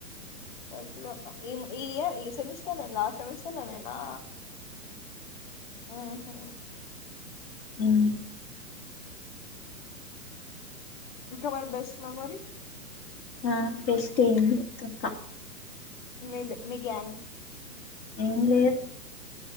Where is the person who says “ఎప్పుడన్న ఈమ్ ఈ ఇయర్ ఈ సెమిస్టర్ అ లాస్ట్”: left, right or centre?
Left